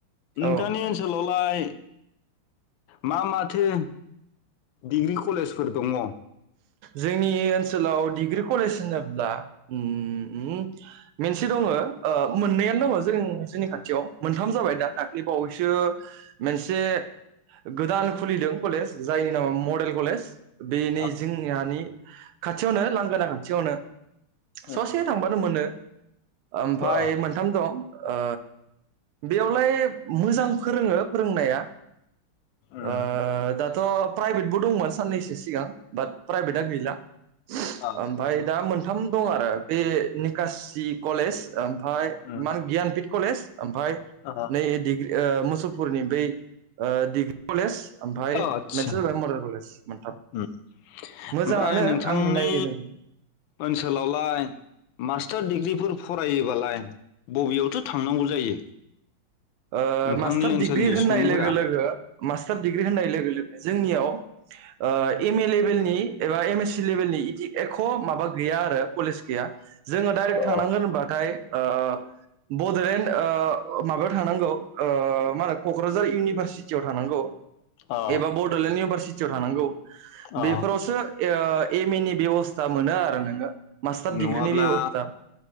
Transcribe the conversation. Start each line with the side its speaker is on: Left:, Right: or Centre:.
Right: औ
Left: नोंथांनि ओनसोलावलाय मा माथो डिग्रि कलेजफोर दङ?
Right: जोंनि ओनसोलाव डिग्रि कलेज होनोब्ला उम उम मेनसे दङो ओ मोननैयानो दङ जों जोंनि खाथियाव मोनथाम जाबाय दा दाखलि बावैसो मेनसे गोदान खुलिदों कलेज जायनि नामा मडेल कलेज। बेनि
Left: औ
Right: जोंहानि खाथियावनो लांगोना खाथियावनो।
Left: उम
Right: ससे थांबानो मोनो। ओमफाय
Left: अ
Right: मोनथाम दं। ओ बेयावलाय मोजां फोरोङो फोरोंनाया
Left: उम
Right: ओ दाथ' प्राइभेटबो दंमोन साननैसो सिगां। बाट प्राइभेटआ गैला
Left: आदसा
Right: ओमफाय दा मोनथाम दं आरो बे निकासि कलेज ओमफाय
Left: उम
Right: मान गियानपिट कलेज ओमफाय
Left: आहा
Right: नै डिग्रि ओ मुसलपुरनि बै ओ डिग्रि कलेज ओमफ्राय
Left: आदसा
Right: मोनसे जाबाय मडेल कलेज मोनथाम।
Left: उम
Right: मोजाङानो
Left: ओमफ्राय नोंथांनि
Right: आंनि नायै औ
Left: ओनसोलावलाय मास्टार दिडिग्रिफोर फरायोबालाय बबेयावथ' थांनांगौ जायो?
Right: ओ
Left: नोंथांनि
Right: मास्टार
Left: ओनसोलनि
Right: डिग्रि होननाय
Left: सुबुंफोरा
Right: लोगो लोगो मास्टार डिग्रि होननाय लोगो लोगो जोंनियाव ओ एम ए लेभेलनि एबा एम एस सि लेभेलनि दि एख' माबा गैया आरो कलेज गैया। जोङो डाइरेक्ट
Left: औ
Right: थांनांगोन होनबाथाय ओ बड'लेण्ड ओ माबा थांनांगौ ओ मा होनो क'क्राझार इउनिभारसिट टियाव थांनांगौ
Left: औ
Right: एबा बड'लेण्ड इउभारसिट टियाव थानांगौ। बेफोरावसो
Left: औ
Right: ए ओ एम ए नि बेब'स्था मोनो आरो नोङो मास्टार
Left: नङाब्ला
Right: डिग्रिनि बेब'स्था